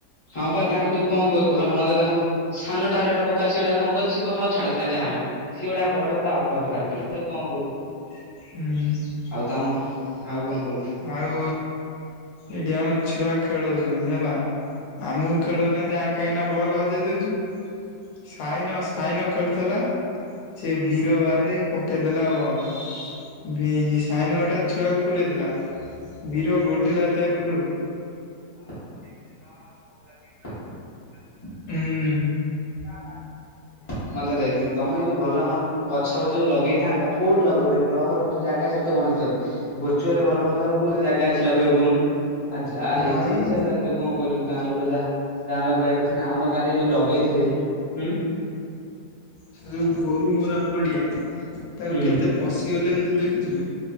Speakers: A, on the left; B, on the left.
A: ହଁ ପା ତାଙ୍କୁ ତୁ କଣ କହିବୁ ଭଲ ମନ୍ଦ ତାଙ୍କୁ ସାନଟା ହେଲେ ଗୋଟେ ପକା ସିଏଗୋଟା କଣ କହିଦେବ ସେ କହିବ ହଉ ଛାଡ ଛାଡ ଯାହା ହେଲା। ସିଏ ଗୋଟେ ବଡ ଗୋଟେ ଅଲଗା ପ୍ରକାର ପିଲା ତାକୁ କଣ କହୁ।
B: ହୁଁ।
A: ଆଉ ତାଙ୍କୁ ଆଉ କଣ କହିବୁ।
B: ଆଉ ଏଇଠି ଆମର ଛୁଆ ଖେଳଉଛନ୍ତି ହେଲା ଆମକୁ ଖେଳଉନାହାନ୍ତି ଆ କାହିଁକି ବଲ ହଜେଇ ଦଉଚୁ। ସାଇନ ସାଇନ ଖେଳୁଥିଲା ସେ
A: ହଁ
B: ବୀରବାରେ
A: ଯୋଉ ସାଇ ହଁ
B: ପ ଦେଲା ବଲ ଇଏ ସାଇନ ଗୋଟା ଛୁଆକୁ ପୁରାଇ ଦେଲା। ବୀର ଗୋଡିଲା ତାଗୁଲୁ
A: <unintelligible>
B: ହୁଁ।
A: <unintelligible> ମତେ ଦେଖେ ତମେ ଯୋଉ ଭଲମ ଗଛ ଫଛ ଯୋଉ ଲଗେଇଥାନ୍ତ କୋଉଠି ଲଗଦେ କ୍ଲବ ଘର <unintelligible> ଜାଗା ଅଛି ସେଠିତ ଗଣେଶପୂଜା ହୋଉଛି ଗୋଚରେ ଭଲ ମନ୍ଦ ଆଉ କୋଣ ଜାଗା ଅଛି ଲଖେଇବୁ କହୁନୁ। ଆଉ ଯାହା ହେଇଚି
B: ଆଉ ଯୋଉ
A: ତୁ କଣ କରିବୁ ଗାଁ ଲୋକ ଯାହା ଗାଁ ଲୋକ କାୟା କଥା ନା ଆମ ଗାଁରେ ଯୋଉ ଲଗେଇଥିଲେ ଉଁ।
B: ସେ ଯୋଉ ଗୋରୁ ମରା ପଡିଆ ତାକୁ
A: ହୁଁ।
B: କେତେ ପଶିଗଲେଣି ତୁ ଦେଖିଚୁନା।